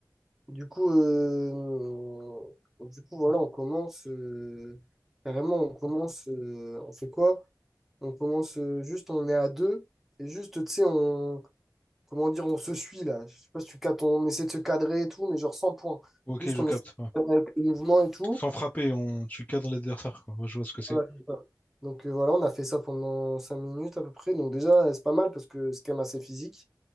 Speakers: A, in the centre; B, on the left.
A: Du coup, euh, du coup voilà, on commence. euh, Carrément, on commence. euh, On fait quoi? On commence euh, juste, on est à deux. Et juste, tu sais, on. Comment dire, on se suit là. Je sais pas si tu cadres, on essaie de se cadrer et tout, mais genre sans points.
B: Ok,
A: Juste,
B: je
A: on
B: capte.
A: essaie
B: ouais.
A: de faire avec le mouvement et tout.
B: Sans frapper, on... tu cadres l'adversaire, quoi. Ouais, Je vois ce que c'est.
A: Voilà, c'est ça. Donc euh, voilà, on a fait ça pendant cinq minutes à peu près. Donc déjà, c'est pas mal parce que c'est quand même assez physique.